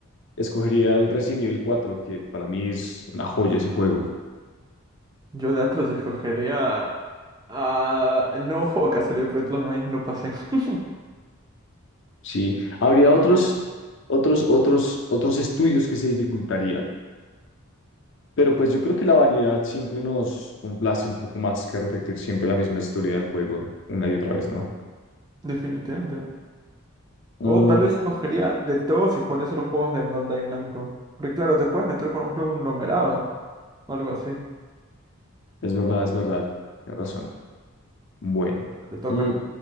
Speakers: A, on the left; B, on the right.
A: escogería el Resident Evil 4 que para mí es una joya ese juego.
B: Yo de Atlus escogería a el nuevo juego que ha salido, porque todos los demás ya me lo pasé. <laughs>
A: Sí, habría
B: Porque qué
A: otros,
B: rayos.
A: otros, otros, otros estudios que se dificultaría, pero pues yo creo que la variedad siempre nos complace un poco más que repetir siempre la misma historia del juego una y otra vez, ¿no?
B: Definitivamente.
A: Mm,
B: O tal vez escogería de todos y jugaría solo juegos de Bandai Namco. Porque claro, te puedes meter con un conglomerado o algo así.
A: es verdad, es verdad, tienes razón. Bueno,
B: Te toca.
A: mm,